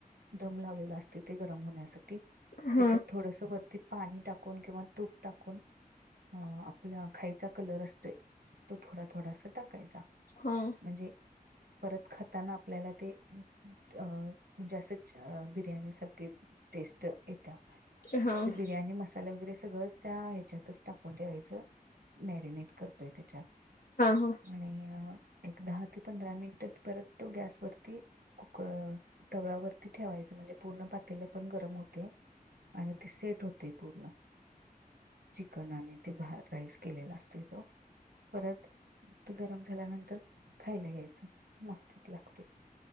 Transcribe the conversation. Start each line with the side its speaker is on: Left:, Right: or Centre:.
Right: दम लावलेला असते ते. होण्या
Left: हा
Right: त्याच्यात थोडस वरती पाणी टाकून किंवा तूप टाकून. अ आपला खाईचा कलर असतोय तो थोडा थोडासा टाकायचा.
Left: हा.
Right: म्हणजे. परत खाताना आपल्याला ते अज असच बिर्याणी सारखे. टेस्ट येत्या
Left: हा हा
Right: बिर्याणी मसा वगैरे हच्यात टाून ठेवा म करतय त्याच्यात.
Left: हा
Right: आणि एक दहा ते पंधरा मिनिटात परत तो गॅसवररती. कुकर तव्यावरती ठेवायच म्हणजे पूर्ण पातेलं पण गरम होत. आणि ते सेट होते पूर्ण. चिकन आणि ते भ राईस केलेला असत तो. परत ते गरम झाल्यानंतर खायला घ्यायचं मस्तच लागतय.